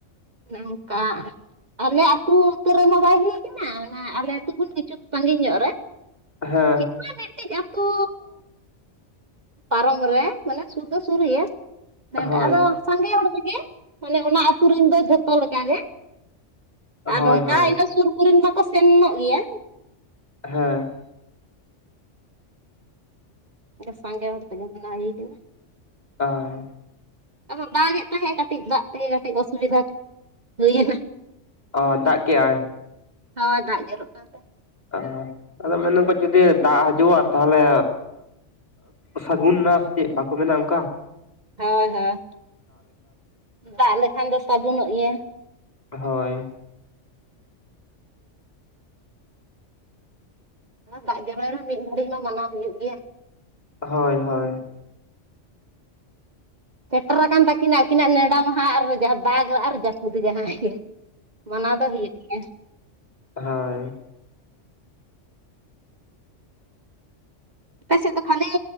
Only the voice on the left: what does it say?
ᱦᱮᱸ
ᱦᱳᱭ
ᱦᱳᱭ
ᱦᱳᱭ
ᱦᱮᱸ
ᱟ
ᱚ ᱫᱟᱜ ᱠᱮᱜᱼᱟᱭ?
ᱟ ᱟᱫᱚ ᱢᱮᱱᱫᱟᱠᱚ ᱡᱩᱫᱤ ᱫᱟᱜ ᱦᱤᱡᱩᱜᱼᱟ ᱛᱟᱦᱞᱮ ᱥᱟᱹᱜᱩᱱ ᱱᱟ ᱪᱮᱜ ᱵᱟᱠᱚ ᱢᱮᱱᱟ ᱚᱝᱠᱟ?
ᱦᱳᱭ
ᱦᱳᱭ ᱦᱳᱭ
ᱦᱚᱭ